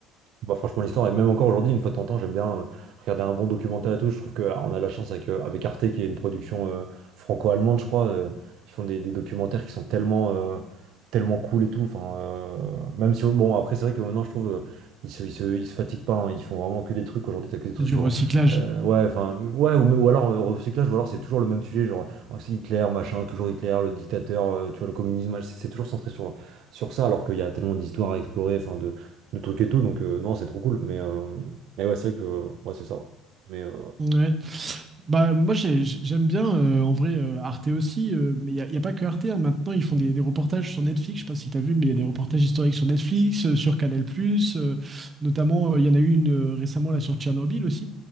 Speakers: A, on the right; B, on the right.
A: bah franchement l'histoire et même encore aujourd'hui une fois de temps en temps j'aime bien euh, regarder un bon documentaire et tout je trouve que ah, on a la chance avec, euh, avec Arte qui est une production euh, franco-allemande je crois euh, ils font des, des documentaires qui sont tellement euh, tellement cool et tout enfin euh, même si bon après c'est vrai que maintenant je trouve euh, ils se, ils se, ils se fatiguent pas hein. ils font vraiment que des trucs aujourd'hui t'as que des trucs
B: C'est du
A: sur
B: recyclage.
A: euh, ouais enfin ouais ou, même- ou alors euh, recyclage ou alors c'est toujours le même sujet genre oh, c'est Hitler machin toujours Hitler le dictateur euh, tu vois le communisme ouais, c'est c'est toujours centré sur sur ça alors qu'il y a tellement d'histoires à explorer enfin le truc et tout. Donc, euh, non, c'est trop cool. Mais, euh, mais ouais, c'est vrai que moi c'est ça. Mais euh,
B: Ouais. Bah, moi, j'ai- j'aime bien, euh, en vrai, euh, Arte aussi, euh, mais il n'y a, y a pas que Arte. hein. Maintenant, ils font des, des reportages sur Netflix. Je sais pas si tu as vu, mais il y a des reportages historiques sur Netflix, euh, sur Canal+, euh, notamment, euh, il y en a eu une euh, récemment là sur Tchernobyl aussi.